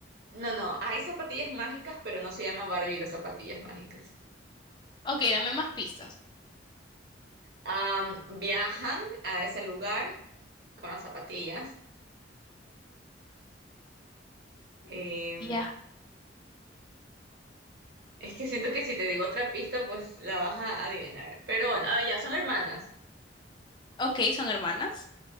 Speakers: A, on the right; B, on the left.
A: No, no, hay zapatillas mágicas, pero no se llama Barbie y las zapatillas mágicas.
B: Ok, dame más pistas.
A: Am, viajan a ese lugar con las zapatillas. Eh,
B: Ya.
A: Es que siento que si te digo otra pista, pues la vas a adivinar. Pero bueno, ah, ya son hermanas.
B: Ok, son hermanas.